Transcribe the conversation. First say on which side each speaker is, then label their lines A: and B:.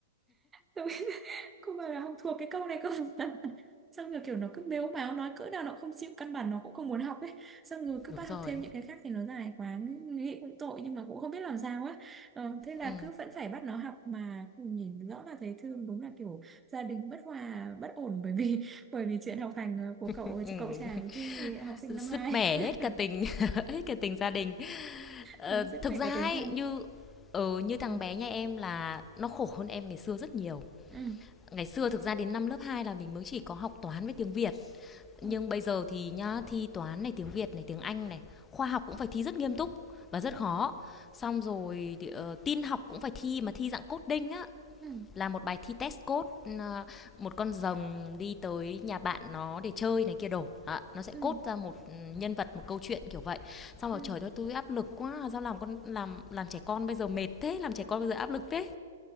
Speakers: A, on the right (about 15°); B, on the left (about 20°).
A: tôi <laughs> cô bảo là không thuộc cái câu này cơ <laughs> xong rồi kiểu nó cứ mếu máo nói cỡ nào nó không chịu căn bản nó cũng không muốn học ấy xong rồi cứ
B: đúng
A: bắt
B: rồi
A: học thêm những cái khác thì nó dài quá nghĩ cũng tội nhưng mà cũng không biết làm sao á ờ, thế là
B: ừ,
A: cứ vẫn phải bắt nó học mà nhìn rõ là thấy thương đúng là kiểu gia đình bất hòa bất ổn bởi vì <laughs> bởi vì chuyện học hành ờ, của cậu
B: ừ.
A: cậu chàng thì học sinh năm
B: sứt
A: hai
B: mẻ
A: <laughs>
B: hết cả tình <laughs> hết cả tình gia đình Ờ,
A: đúng rất
B: thực
A: mẻ
B: ra
A: cả tình
B: ấy,
A: thân
B: như ừ, như thằng
A: ừ.
B: bé nhà em là nó khổ hơn em ngày xưa rất nhiều
A: Ừ.
B: Ngày xưa thực ra đến năm lớp 2 là mình mới chỉ có học toán với tiếng Việt
A: Ừ.
B: Nhưng bây giờ thì nhá, thi toán này, tiếng Việt này, tiếng Anh này Khoa học cũng phải thi rất nghiêm túc và rất khó Xong rồi thì, ờ, tin học cũng phải thi mà thi dạng coding á
A: Ừ.
B: Là một bài thi test code ờ, Một con rồng đi tới nhà bạn nó để chơi này kia đổ Đó, Nó sẽ
A: Ừ,
B: cốt ra một ừ, nhân vật, một câu chuyện kiểu vậy Xong
A: ừ.
B: rồi trời ơi tôi áp lực quá Sao làm con làm làm trẻ con bây giờ mệt thế Làm trẻ con bây giờ áp lực thế